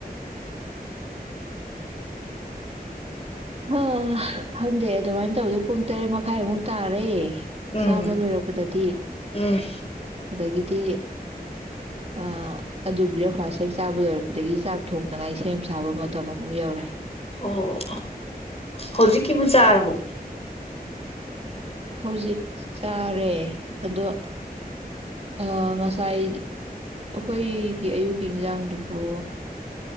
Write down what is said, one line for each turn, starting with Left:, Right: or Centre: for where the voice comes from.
Right: ꯍꯥꯥ ꯈꯪꯗꯦ ꯑꯗꯨꯃꯥꯏ ꯇꯧꯕꯗꯣ ꯄꯨꯡ ꯇꯔꯦꯠ ꯃꯈꯥꯏꯃꯨꯛ ꯇꯥꯔꯦ
Left: ꯎꯝ
Right: ꯆꯥꯕ ꯂꯣꯏꯔꯛꯄꯗꯗꯤ
Left: ꯎꯝ
Right: ꯑꯗꯒꯤꯗꯤ ꯑ ꯑꯗꯨ ꯕ꯭ꯔꯦꯛꯐꯥꯁ ꯍꯦꯛ ꯆꯥꯕ ꯂꯣꯏꯔꯛꯄꯗꯒꯤ ꯆꯥꯛ ꯊꯣꯡꯅꯉꯥꯏ ꯁꯦꯝ ꯁꯥꯕ ꯃꯇꯝ ꯑꯃꯨꯛ ꯌꯧꯔꯦ
Left: ꯑꯣ ꯍꯧꯖꯤꯛꯀꯤꯕꯨ ꯆꯥꯔꯕꯣ
Right: ꯍꯧꯖꯤꯛ ꯆꯥꯔꯦ ꯑꯗꯣ ꯑ ꯉꯁꯥꯏ ꯑꯩꯈꯣꯏꯒꯤ ꯑꯌꯨꯛꯀꯤ ꯏꯟꯖꯥꯡꯗꯨꯕꯨ